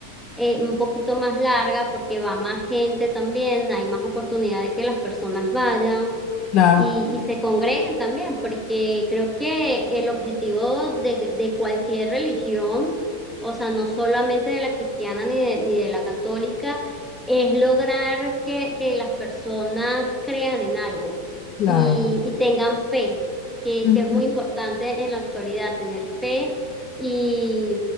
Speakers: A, in the centre; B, on the left (about 40°).
A: eh, un poquito más larga porque va más gente también, hay más oportunidad de que las personas vayan
B: Claro,
A: y, y se congregan también, porque creo que el objetivo de, de cualquier religión, o sea, no solamente de la cristiana ni de, ni de la católica, es lograr que, que las personas crean en algo y,
B: claro.
A: y tengan fe, que,
B: Ujú,
A: que es muy importante en la actualidad, tener fe. Y,